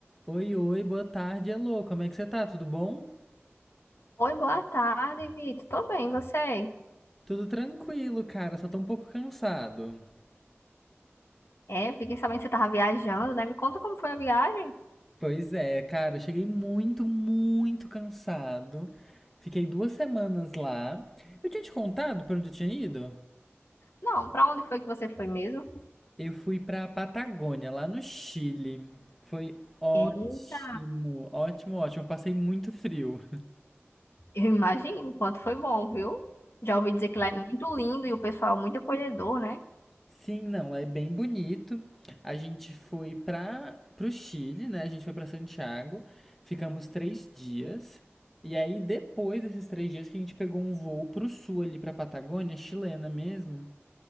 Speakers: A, in the centre; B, on the left (about 60°).
A: Oi, oi, boa tarde, alô, como é que você tá? Tudo bom?
B: Oi, boa tarde, Vitor. Tô bem, e você?
A: Tudo tranquilo, cara, só tô um pouco cansado.
B: É, fiquei sabendo que você tava viajando, né? Me conta como foi a viagem.
A: Pois é, cara, eu cheguei muito, muito cansado. Fiquei duas semanas lá. Eu tinha te contado pra onde eu tinha ido?
B: Não, pra onde foi que você foi mesmo?
A: Eu fui pra Patagônia, lá no Chile. Foi ótimo,
B: Eita,
A: ótimo, ótimo. Passei muito frio.
B: eu imagino o quanto foi bom, viu? Já ouvi dizer que lá é muito lindo e o pessoal é muito acolhedor, né?
A: Sim, não, é bem bonito. A gente foi para o Chile, né? A gente foi para Santiago, ficamos três dias. E aí, depois desses três dias, que a gente pegou um voo pro sul ali, pra Patagônia, chilena mesmo.